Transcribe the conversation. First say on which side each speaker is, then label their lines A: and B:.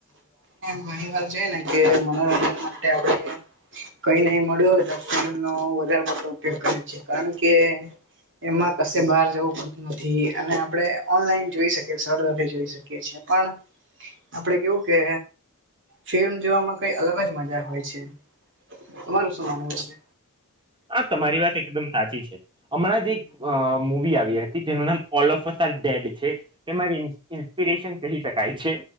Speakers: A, on the right; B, on the right.
A: ઘણીવાર જોઈ ને, કે મનોરંજન માટે આપણે કંઈ નહીં મળ્યું હોય તો <inaudible> નો વધારે પડતો ઉપયોગ કરે છે. કારણ કે એમાં કશે બહાર જવું પડતું નથી. અને આપણે ઓનલાઈન જોઈ શકીએ, સરળતાથી જોઈ શક કીએ છે. પણ આપણે કેવું કે ફિલ્મ જોવામાં કંઈ અલગ જ મજા હોય છે. તમારું શું માનવું છે?
B: હા તમારી વાત એકદમ સાચી છે. હમણાં જ એક અહ મુવી આવી હતી, જેનું નામ ઓલ ઓફ અઝ ડેડ છે. તે મારી ઈન્ ઇન્સ્પિરેશન કહી શકાય છે.